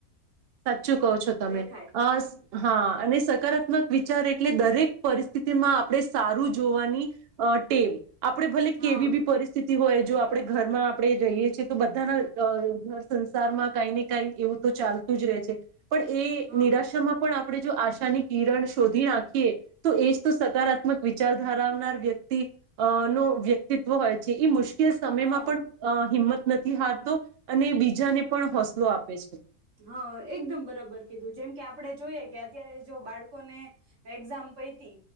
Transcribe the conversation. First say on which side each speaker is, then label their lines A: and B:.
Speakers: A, on the right (about 75°); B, on the right (about 60°).
A: સાચું કહો છો તમે,
B: દેખાય
A: અશ હા, અને સકારાત મક વિચાર એટલે, દરેક પરિસ્થિતિમાં આપણે સારું જોવાની અ ટેવ. આપડે ભલે
B: હા
A: કેવી બી પરિસ્થિતિ હોય જો આપણે ઘરમાં આપડે જોઈએ છીએ. તો બધાના અ ઘર સંસારમાં કઈ ને કઈ એવું તો ચાલ એવું જ રહે છે. પણ એ
B: હા
A: નિરાશામાં પણ આપ આપણે જો આશાની કિરણ શોધી નાખીએ. તો, એ જ તો સકારાત્મક વિચાર ધરાવનાર વ્યક્તિ અ નો વ્યક્તિત્વ હોય છે. એ મુશ કેલ સમયમાં
B: હા
A: પણ અઅ હિંમત નથી હારતો. અને બીજાને પણ હોશ લો આપે છે.
B: હઅઅ એકદમ બરાબર કીધું. જેમ કે, આપડે જોઈએ કે અત્યારે જો, બાળકોને એક્ઝામ પૈતી